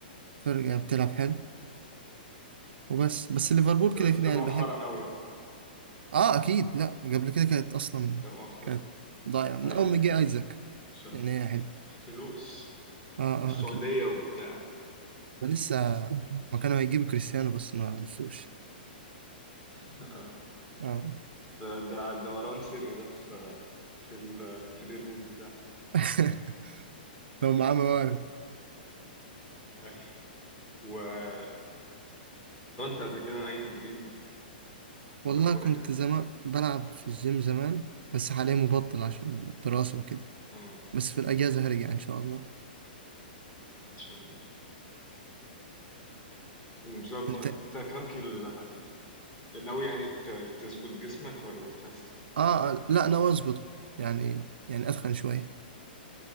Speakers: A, on the right; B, on the left.
A: فرقة بتلعب حلو وبس بس ليفربول
B: ده
A: كده
B: بس
A: كده
B: ده
A: يعني
B: مؤخرا
A: بحب
B: قوي بقى
A: آه أكيد لأ قبل كده كانت أصلا
B: ده مؤخرا
A: كانت ضايعة من
B: أيوة
A: أول ما
B: أيوة
A: جه أيزاك
B: عشان
A: يعني هي حلو
B: الفلوس
A: آه آه
B: والسعودية
A: أكيد
B: وبتاع
A: لسه ما كانوا هيجيبوا كريستيانو بس ما عرفوش
B: <laughs> آه.
A: آه
B: ده ده ده دوران سري ده في في الكارير مود بتاعي
A: <laughs> لو معاه موارد <laughs>
B: أيوة واتمرنت قبل كده أي تمرين برا
A: والله
B: الكورة
A: كنت
B: يعني
A: زمان بلعب في الجيم زمان بس حاليا مبطل عشان الدراسة وكده
B: آه.
A: بس في الأجازة هرجع إن شاء الله
B: شاء الله ومظبط
A: انت
B: انت كام كيلو دلوقتي ناوي يعني ت- تظبط جسمك ولا تخسس تتخن
A: اه لا
B: الدنيا
A: انا واظبط يعني يعني اتخن شويه